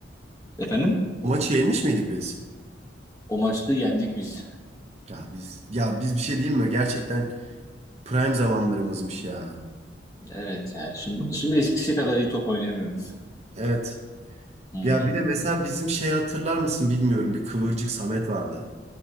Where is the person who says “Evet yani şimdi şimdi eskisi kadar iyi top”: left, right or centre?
Left